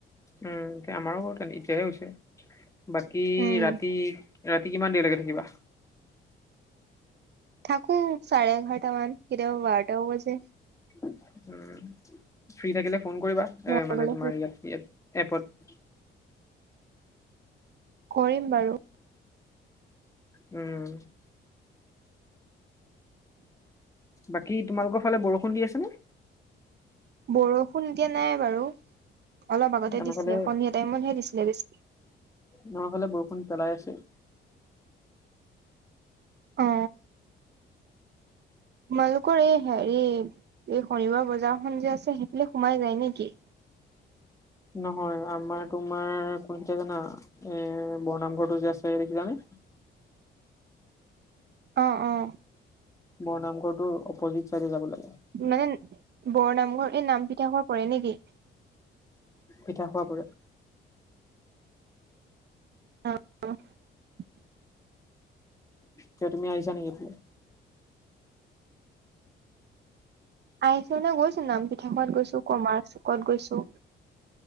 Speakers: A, on the left; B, on the right.
A: উম এয়া আমাৰো ক'ত এতিয়াহে হৈছে বাকী
B: উম
A: ৰাতি ৰাতি কিমান দেৰিলেকে থাকিবা।
B: থাকো চাৰে এঘাৰটা মান কেতিয়াবা বাৰটাও বাজে।
A: উম ফ্ৰী থাকিলে ফোন কৰিবা এ
B: মই
A: মানে
B: গলে
A: তোমাৰ ইয়াত ইয়াত এপত।
B: কৰিম বাৰু।
A: উম। বাকী তোমালোকৰ ফালে বৰষুণ দি আছে নে?
B: বৰষুণ এতিয়া নাই বাৰু অলপ আগতে
A: আমাৰ
B: দিছিলে
A: ফালে
B: সন্ধিয়া টাইমতহে দিছিলে বেছি।
A: আমাৰ ফালে বৰষুণ পেলাই আছে।
B: অ তোমালোকৰ এ হেৰি এ শনিবাৰ বজাৰখন যে আছে সেইফালে সোমাই যায় নেকি?
A: নহয় আমাৰ তোমাৰ কোন যে জানা এ বৰ নাম ঘৰটো যে আছে দেখিছানে?
B: অ অ।
A: বৰ নামঘৰটোৰ অপজিত চাইডে যাব লাগে।
B: মানে বৰ নামঘৰ এই নাম পিঠা ঘৰ পৰে নেকি?
A: পিঠা খোৱা পৰে।
B: <unintelligible>
A: কিয় তুমি আহিছা নেকি এইফালে?
B: আহিছো মানে গৈছো নাম পিঠা ঘৰত গৈছো, কমাৰ চুকত গৈছো।